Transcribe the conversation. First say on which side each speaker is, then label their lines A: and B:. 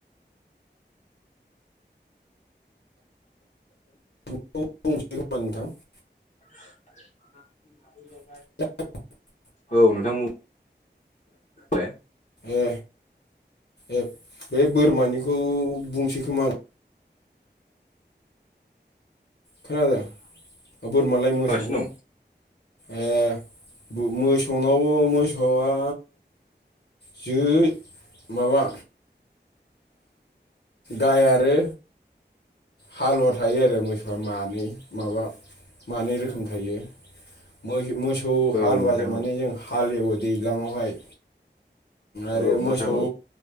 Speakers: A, on the left; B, on the left.
A: <unintelligible> नोंथां
B: <inaudible>
A: <inaudible>
B: औ नोंथां <inaudible>
A: ए ए बे बोरमानिखौ बुंसै खोमा आं खोनादों अ बोरमालाय
B: खोनागासिनो
A: मोसौखौ ए बो मोसौनावबो मोसौआ जो माबा गाइ आरो हालुवा थायो आरो मोसौआ मानै माबा मानै रोखोम थायो। मोसो-मोसौ
B: दं
A: हालुवाजों
B: औ नोंथां
A: माने जों हालेवो दैज्लाङावहाय
B: औ
A: आरो
B: औ नोंथां
A: मोसौ
B: औ